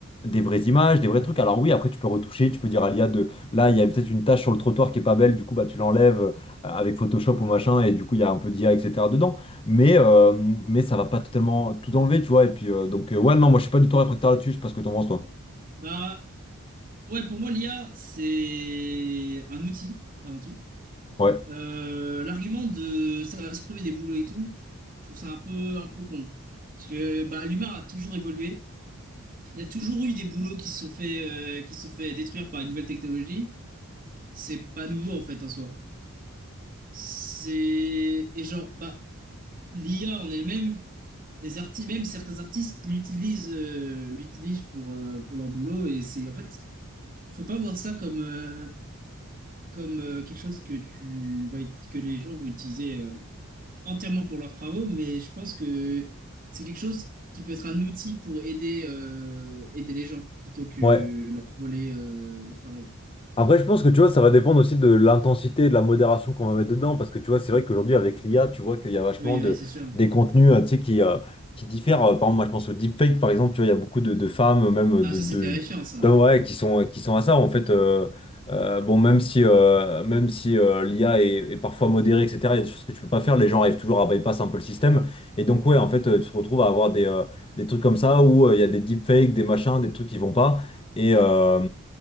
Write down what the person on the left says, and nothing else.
des vraies images, des vrais trucs. Alors oui, après tu peux retoucher, tu peux dire à l'IA de là, il y a peut-être une tache sur le trottoir qui est pas belle, du coup bah tu l'enlèves euh, avec Photoshop ou machin et du coup il y a un peu d'IA etc. dedans. Mais euh, mais ça va pas totalement tout enlever, tu vois. Et puis euh, donc euh, ouais non, moi je suis pas du tout réfractaire là-dessus, je sais pas ce que t'en penses toi.
Ouais.
Ouais.
Après, je pense que tu vois, ça va dépendre aussi de l'intensité et de la modération qu'on va mettre dedans. Parce que tu vois, c'est vrai qu'aujourd'hui, avec l'IA, tu vois qu'il y a vachement
de,
des contenus euh, tu sais, qui, euh, qui diffèrent. Euh, Par exemple, moi, je pense au deepfake, par exemple, tu vois, il y a beaucoup de, de femmes, euh, même
de,
de,
d'hommes, ouais, qui sont, euh, qui sont à ça. En fait, euh, euh, bon, même si, euh, même si euh, l'IA est, est parfois modérée, etc., il y a des choses que tu peux pas faire. Les gens arrivent toujours à bypass un peu le système. Et donc, ouais, en fait, euh, tu te retrouves à avoir des, euh, des trucs comme ça où euh, il y a des deepfakes, des machins, des trucs qui vont pas. Et, euh,